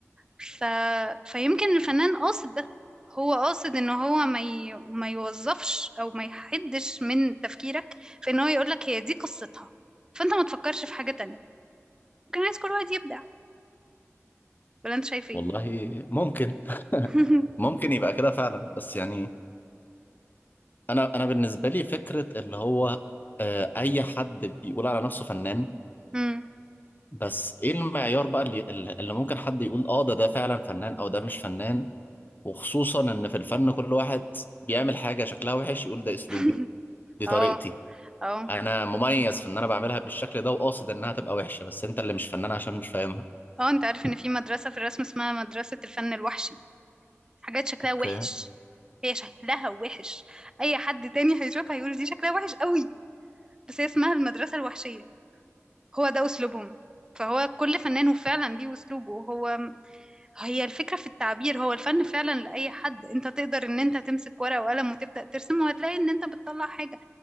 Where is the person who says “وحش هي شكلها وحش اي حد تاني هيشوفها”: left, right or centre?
Right